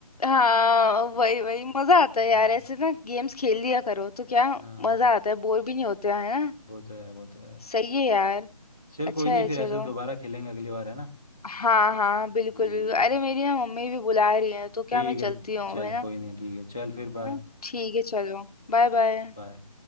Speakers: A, on the left; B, in the centre.
A: हाँ वही वही मजा आता
B: हम्म,
A: है यार ऐसे ना गेम्स खेल लिया करो तो क्या
B: हाँ
A: मजा आता है बोर भी नहीं होते है ना
B: वो तो है वो तो है
A: सही है यार
B: चल
A: अच्छा
B: कोई नहीं
A: है
B: फिर
A: चलो
B: ऐसे तो दोबारा खेलेंगे अगली बार है ना
A: हाँ हाँ बिल्कुल
B: ठीक
A: बिल्कुल
B: है
A: अरे मेरी ना मम्मी भी बुला रही है तो क्या
B: ठीक
A: मैं
B: है
A: चलती हूँ
B: चल
A: है ना
B: कोई नहीं ठीक है चल फिर
A: हाँ,
B: बाय
A: ठीक है चलो Bye bye
B: बाय